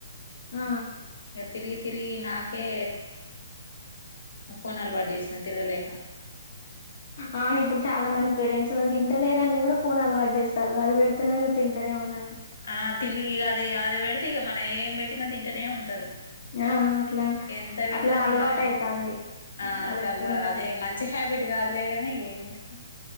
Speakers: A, on the left (about 40°); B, on the left (about 70°).
A: ఆ
B: ఇగ తిరిగి తిరిగి నాకే ఫోన్ అలవాటు చేసినా తిరగలేక
A: అవును ఇప్పుడు చాలా మంది పేరెంట్స్ వాళ్ళు తింటలేరుఅని కూడా ఫోన్ అలవాటు చేస్తారు అది పెడితేనే తింటారేమో నని ఇగ్
B: ఆ తిండి ఇగ అది ఈ అది పెడితే ఇగ మన ఏం పెట్టినా తింటనే ఉంటారు
A: ఆ అట్లా
B: ఎంత పెట్టినా
A: అట్లా అలవాటు
B: తింటేనే ఉంటారు
A: అయితాంది
B: ఆ
A: వాళ్ళకి
B: అట్లా అలవా
A: ఫోను
B: అదే మంచి హ హాబిట్ కాదులేగానీ ఇగ ఏం చేస్తాం